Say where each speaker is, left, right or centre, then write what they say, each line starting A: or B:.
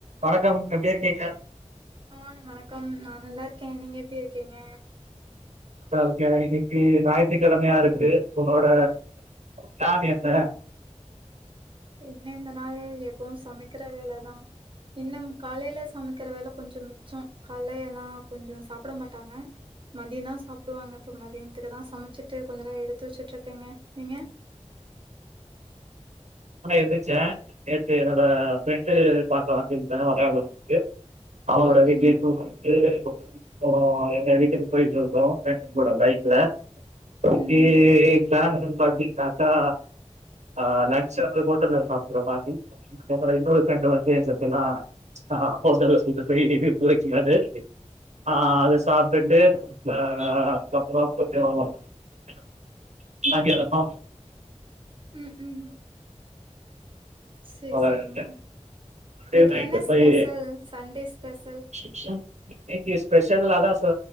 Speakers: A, on the right; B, on the right.
A: வணக்கம் எப்டி இருக்கீங்க
B: ஆ வணக்கம் நா நல்லா இருக்கே நீங்க எப்டி இருக்கீங்க
A: நல்லா இருக்க இன்னிக்கி ஞாயிற்றுக்கிழமையா இருக்குது உங்ளோட ப்ளன் என்ன
B: என்ன இந்த நாள் எப்பவு சமைக்கிற வேலதா இன்னும் காலைல சமைக்கிற வேல கொஞ்சம் மிச்சோ கால்லேல்லா கொஞ்சம் சாப்ட மாட்டாங்க மதியந்தா சாப்டுவாங்க இப்ப மதியானத்துக்கு தா சமச்சிட்டு கொஞ்சனே எடுத்து வச்சுட்டு இருக்கேங்க நீங்க
A: இப்ப தா எந்துருச்ச நேத்து என்னோட ப்ரெண்டு பாக்க வந்துருந்தா அதா மம் எப் அவனோட
B: ம்
A: வீட்டில்
B: ம்
A: <inaudible> எங்க வீட்டுக்கு போய்ட்டு இருந்தோ ப்ரெண்டு கூட பைக்ல ஓகே
B: ம்
A: யார் என்னனு பகிர்ந்துகிட்டா தா ஆ நா சர் நா ஹோட்டல்ல சாப்பிடுறா மாரி அப்புறோ இன்னொருத்தங்க வந்து ஏ செத்தலா <unintelligible> ஆ அத சாப்ட்டுட்டு ஆ அதுக்கப்பறோ கொத்தி <unintelligible> காங்கேநத்தோ
B: ம் ம் சேரி
A: <unintelligible>
B: சேரிங்க இன்னைக்கு
A: டே நைட்டு
B: என்ன
A: போயி
B: ஸ்பெஷல் சண்டே ஸ்பெஷல்
A: <unintelligible> இன்னைக்கு ஸ்பெஷல் அதா சோ